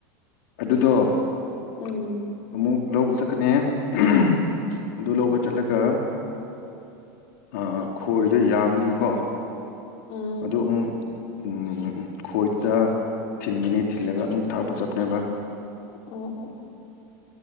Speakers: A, on the left; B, on the left.
A: ꯑꯗꯨꯗꯣ
B: ꯎꯝ
A: ꯑꯃꯨꯛ ꯂꯧꯕ ꯆꯠꯀꯅꯤ <unintelligible> ꯑꯗꯨ ꯂꯧꯕ ꯆꯠꯂꯒ ꯑ ꯈꯣꯏꯗꯣ ꯌꯥꯝꯕꯒꯤꯀꯣ
B: ꯎꯝ
A: ꯑꯗꯨ ꯑꯃꯨꯛ ꯎꯝ ꯈꯣꯏꯗ ꯊꯤꯟꯒꯅꯤ ꯊꯤꯜꯂꯒ ꯑꯃꯨꯛ ꯊꯥꯛꯄ ꯆꯠꯄꯅꯦꯕ꯫
B: ꯑꯣ ꯑꯣ ꯑꯣ